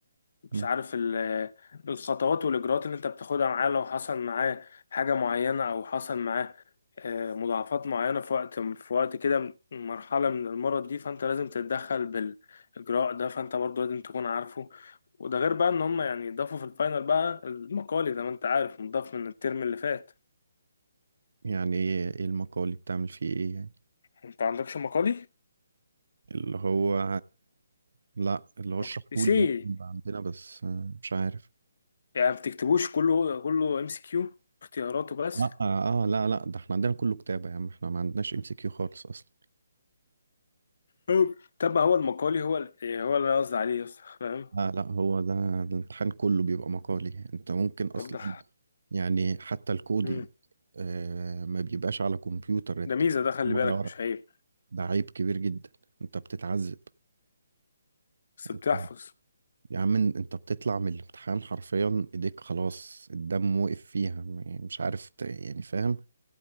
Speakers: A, on the left; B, on the right.
A: مش
B: مم.
A: عارف ال- الخطوات والإجراءات اللي أنت بتاخدها معاه لو حصل معاه حاجة معينة أو حصل معاه آه، مضاعفات معينة في وقت في وقت كده م- مرحلة من المرض دي فأنت لازم تتدخل بالإجراء ده فأنت برضه لازم تكون عارفه وده غير بقى إن هم يعني ضافوا في الفاينل بقى المقالي زي ما أنت عارف مضاف من الترم اللي فات
B: يعني ايه إيه المقالي بتعمل فيه ايه يعني؟
A: أنت عندكش مقالي؟
B: اللي هو لا اللي هو
A: مق-
B: اشرحهولي
A: سي
B: ممكن يبقى عندنا بس آه، مش عارف
A: يعني ما بتكتبوش كله كله ام سي كيو اختياراته بس
B: لا اه آه، لا لا ده احنا عندنا كله كتابة يا عم احنا ما عندناش ام سي كيو خالص اصلا
A: أوه. طب هو المقالي هو ال- هو اللي أنا قصدي عليه يس فاهم
B: لا لا هو ده الامتحان كله بيبقى مقالي انت ممكن اصلا
A: طب ده
B: يعني حتى الكودينج
A: مم.
B: آه ما بيبقاش على كمبيوتر انت
A: ده ميزة
B: هو
A: ده خلي بالك
B: على ورق
A: مش عيب
B: ده عيب كبير جدا انت بتتعذب
A: بس بتحفظ
B: انت- يا عم انت بتطلع من الامتحان حرفيا ايديك خلاص الدم وقف فيها م- مش عارف ت- يعني فاهم